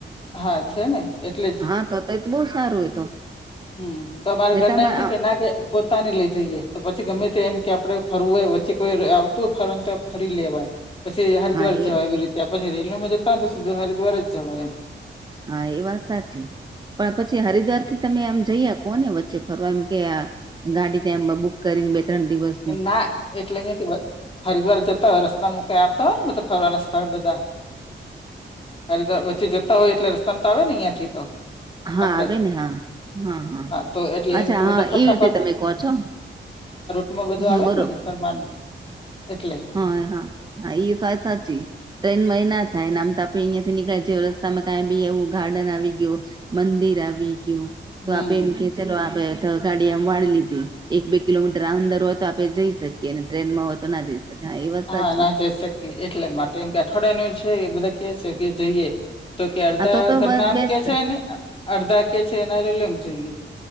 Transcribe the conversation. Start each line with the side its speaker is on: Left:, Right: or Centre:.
Left: હા છે ને એટલે જ
Right: હા તો તોય તો બહું સારું ઈ તો
Left: હમ્મ તો અમારા
Right: નેતામાં
Left: ઘરના એમ કે કે ના કે પોતાની લઈ જઈએ તો પછી ગમે તે એમ કે આપડે ફરવું હોય વચ્ચે કોઈ આ તો ફરવા નુ તો ફરી લેવાય પછી હરિદ્વાર
Right: હા
Left: જવાય
Right: એ
Left: એવી રીતે ત્યાં પછી રેલમાં જતા હોય તો સીધા હરિદ્વાર જવાય એમ
Right: હા એ વાત સાચી પણ પછી હરિદ્વાર થી તમે આમ જઈ કોને વચ્ચે ફરવા એમ કે ગાડી ત્યાં બુક કરીને બે ત્રણ દિવસ
Left: ના એટલે અહીયાથી હરિદ્વાર જતા હોય રસ્તા મુકાઈ આવતા હોય ને બધા ફરવાના સ્થળ બધા હરિદ્વાર વચ્ચે જતા હોય એટલે રસ્તામાં તો આવે ને અહિયાં થી તો
Right: હ હા
Left: આપડે
Right: આવે ને હા હા હા
Left: તો એટલે
Right: અચ્છા
Left: એમ કે
Right: હા
Left: બધા ફરતા
Right: એવી રીતે તમે કહો છો
Left: એમાં બધું
Right: હમ,
Left: આવે
Right: બરોબર
Left: ને બધું ફરવાનું એટલે
Right: હા હા હા એઈ સ્વાય સાચી ટ્રેનમાં એ ના થાય નામ ત આપે અહીંયા થી નીકળે જ રસ્તામાં કાઈ બી એવું ગાર્ડન આવી ગયુ મંદિર આવી ગયું તો
Left: હમ
Right: આપે એમ કે ચલો આ ગાડી એમ વાળી લીધી એક બે કિલોમીટર આ અંદર હોય તો આપડે જઈ શકીએ અને ટ્રેનમાં હોય તો ના જઈ શકીએ. એ વાત
Left: હા
Right: સાચી
Left: ના જઈ શકીએ એટલે માટે એમ કે અઠવાડિયાનું છે એ બધા કે છે કે જઈએ તો કે અડધા
Right: હા તો તો
Left: ઘર ના આમ
Right: બેસ્ટ
Left: કે છે ને અર્ધા કે છે એ ના રેલવેમાં જઈએ.